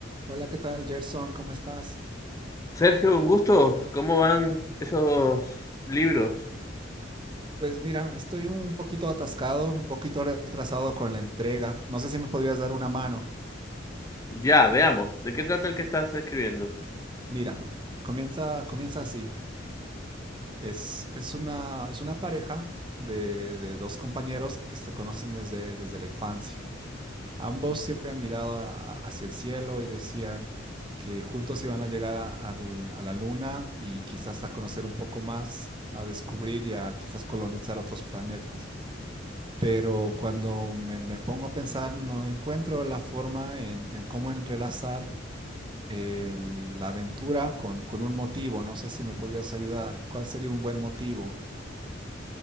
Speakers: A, on the right; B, on the left.
A: Hola, ¿qué tal, Gerson? ¿Cómo estás?
B: Sergio, un gusto. ¿Cómo van esos libros?
A: Pues mira, estoy un poquito atascado, un poquito retrasado con la entrega. No sé si me podrías dar una mano.
B: Ya, veamos. ¿De qué trata el que estás escribiendo?
A: Mira, comienza, comienza así. Es, es una, es una pareja de, de dos compañeros que se conocen desde, desde la infancia. Ambos siempre han mirado a- a- hacia el cielo y decían que juntos iban a llegar a, al- a la luna y quizás a conocer un poco más, a descubrir y a quizás colonizar otros planetas. pero cuando me, me pongo a pensar, no encuentro la forma en, en cómo entrelazar eh, la aventura con, con un motivo. No sé si me podrías ayudar. ¿Cuál sería un buen motivo?